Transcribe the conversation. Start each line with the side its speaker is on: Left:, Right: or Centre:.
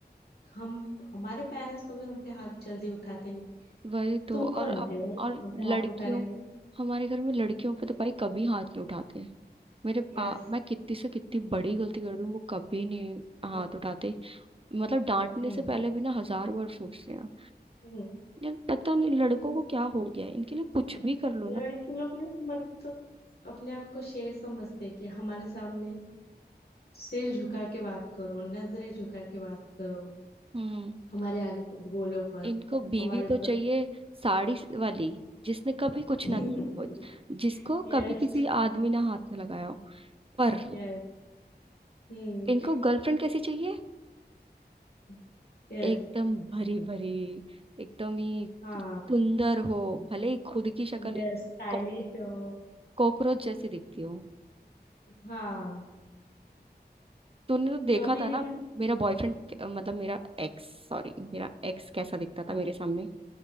Left: हम हमारे पेरेंट्स कभी हम पे हाथ जल्दी उठाते नहीं
Right: वही तो
Left: तुम
Right: और
Left: कौन
Right: अब
Left: होते हो भाई
Right: और
Left: हम
Right: लड़कियों
Left: पे हाथ उठाने वाले
Right: हमारे घर में लड़कियों पे तो भाई कभी हाथ नहीं उठाते मेरे पा
Left: यस
Right: मैं कितनी से कितनी बड़ी गलती कर दूं वो कभी नहीं
Left: हम्म
Right: हाथ उठाते मतलब डांटने
Left: हम्म
Right: से पहले भी ना हजार बार सोचते हैं
Left: हम्म।
Right: यार पता नहीं लड़कों को क्या हो गया है इनके लिए कुछ भी कर लो ना
Left: लड़के लोग ना मतलब अपने आप को शेर समझते हैं कि हमारे सामने सिर झुका के बात करो नजरें झुका के बात करो
Right: हम्म
Left: हमारे आगे कुछ बोलो मत
Right: इनको बीवी
Left: हमारे ऊपर
Right: तो चाहिए साड़ी वाली जिसने कभी
Left: हम्म
Right: कुछ ना किया हो जिसको
Left: <laughs>
Right: कभी किसी
Left: यस
Right: आदमी ने हाथ में लगाया हो पर
Left: यस हम्म
Right: इनको गर्लफ्रेंड कैसी चाहिए
Left: <laughs> यस
Right: एकदम भरी भरी एकदम ही
Left: हाँ
Right: सुंदर हो भले ही खुद की शक्ल
Left: यस
Right: एक
Left: स्टाइलिश
Right: कॉक-
Left: हो
Right: कॉकरोच जैसी दिखती हो
Left: हाँ
Right: तूने तो देखा
Left: कभी
Right: था
Left: भी
Right: ना
Left: ना
Right: मेरा बॉयफ्रेंड मतलब मेरा एक्स सॉरी मेरा एक्स कैसा
Left: हाँ
Right: दिखता
Left: हाँ
Right: था मेरे सामने